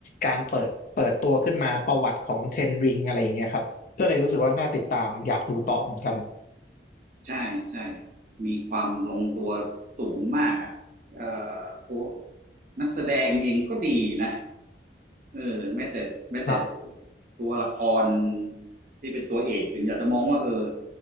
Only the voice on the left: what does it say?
การเปิดเปิดตัวขึ้นมาประวัติของเทนริงอะไรอย่างเงี้ยครับ ก็เลยรู้สึกว่าน่าติดตามอยากดูต่อเหมือนกัน
ครับ